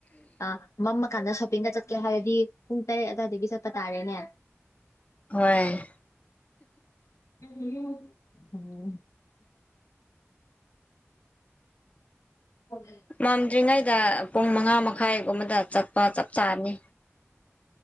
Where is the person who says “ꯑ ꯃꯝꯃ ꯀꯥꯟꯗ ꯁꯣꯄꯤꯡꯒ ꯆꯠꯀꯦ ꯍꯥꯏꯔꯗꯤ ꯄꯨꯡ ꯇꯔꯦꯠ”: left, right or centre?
Left